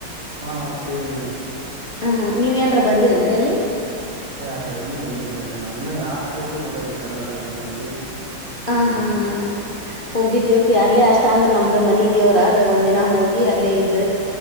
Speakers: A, on the right; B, on the left.
A: ಹಾ ಕೇಳಿದ್ದೇನೆಿ ಹೇಳ್ರಿ
B: ಹ್ಮ ಹ ನೀವ ಏನರ ಬಂದಿರೇನ್ರರಿ ಅಲ್ಲಿ
A: ಏ ಆ ಕಡೆ ಇನ್ನುೂ ಬಂದಿಲ್ರಿ ಅಗ ನಾವ್ ಇನ್ನ ಯಾವ ಪ್ಲೇಸ್ ನೋಡಿಲ್ರಿ ಕರ್ನಾಟಕದಾಗ ಅಲ್ಲಿ
B: ಹಾ
A: ಇಲ್ಲಿ
B: ಹಾ
A: ಇಲ್ಲಿ
B: ಹಾ ಹೋಗಿದ್ವಿ ಪಿ ಅರ್ಲ್ಲಿ ಅಷ್ಟ ಅಂದ್ರ ನಮ್ದ್ ಮನ ದೇವ್ರ ಅದ ಒಂದ್ಿನ ಹೋಗಿ ಅಲ್ಲೇ ಇದ್ದ